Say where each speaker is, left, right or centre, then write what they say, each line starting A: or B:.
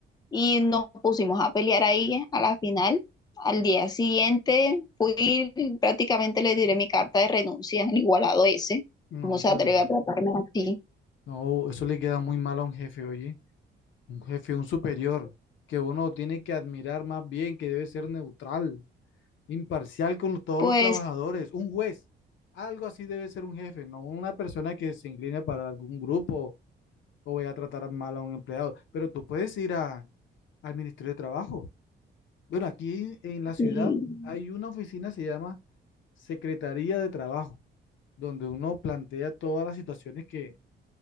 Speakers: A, on the left; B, on the left.
A: y nos pusimos a pelear ahí a la final. Al día siguiente fui, prácticamente le diré mi carta de renuncia, el igualado ese,
B: no,
A: cómo se
B: pero
A: atreve a tratarme así.
B: no, eso le queda muy mal a un jefe, oye. Un jefe, un superior que uno tiene que admirar más bien, que debe ser neutral, imparcial con todos
A: Pues
B: los trabajadores, un juez. Algo así debe ser un jefe, no una persona que se inclina para algún grupo o vaya a tratar mal a un empleado. Pero tú puedes ir a, al Ministerio de Trabajo. Bueno, aquí en en la ciudad
A: sí,
B: hay una oficina, se llama Secretaría de Trabajo, donde uno plantea todas las situaciones que